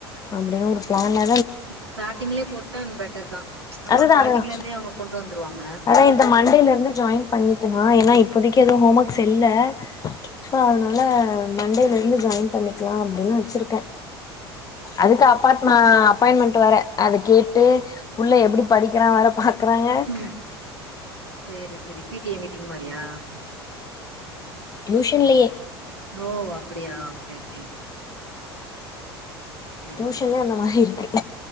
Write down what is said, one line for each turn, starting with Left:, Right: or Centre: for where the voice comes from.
Left: அப்டின்னு ஒரு பிளான்ல
Right: நீங்க ஸ்டார்டிங்லே போட் டன் பெட்டர்தா ச் அவுங்களுக்கு
Left: அதுதா
Right: ஸ்டார்டிங்ல
Left: அதுதா
Right: இருந்தே அவுங்க கொண்டு வந்துருவாங்க
Left: அதா இந்த மண்டேல இருந்து ஜாயின் பண்ணிக்கணு ஆ என்ன இப்போதைக்கு எதுவு ஹோம் ஒர்க்ஸ் செல்ல சோ அதனால மண்டேல இந்து ஜாயின் பண்ணிக்கலா அப்படின்னு வெச்சிருக்க அதுக்கு அப்பாட்மா அப்பாயின்மெண்ட் ட்டு வர அத கேட்டு புள்ள எப்படி படிக்கிறா வேற பாக் க்கிறாங்க
Right: ம் சேரி சேரி பி டி ஏ மீட்டிங் மாரியா
Left: டியூஷன்லயே
Right: ஓ அப்படியா ஓகே ஓகே சேரி
Left: டியூஷன்லயே
Right: சேரி
Left: அந்த மாரி இருக்கு